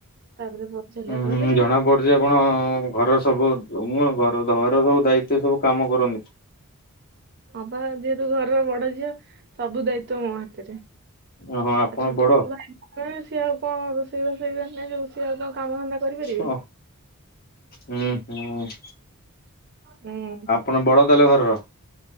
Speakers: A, on the right; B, on the left.
A: ତାପରେ ସାରିଲା
B: ହୁଁ
A: ପରେ
B: ହୁଁ ଜଣା ପଡୁଛି ଆପଣ ଘର ସବୁ ମୁଁ ଘର ଘର ସବୁ ଦାୟିତ୍ୱ ସବୁ କାମ କରନ୍ତି।
A: ହଁବା ଯେହେତୁ ଘରର ବଡ ଝିଅ ସବୁ ଦାୟିତ୍ୱ ମୋ ହାତରେ।
B: ଓହୋ ଆପଣ
A: ଆଉ ଛୋଟ
B: ବଡ
A: ଛୋଟ ଭାଇ ଭଉଣୀ ସିଏ ଆଉ କଣ ରୋଷେଇ ବାସ ଜାଣିଛନ୍ତି ସିଏ ଆଉ କଣ କାମ ଧନ୍ଦା କରିପାରିବେ।
B: ଓ ହୁଁ ହୁଁ
A: ହୁଁ
B: ଆପଣ ବଡ? ତାହାଲେ ଘରର।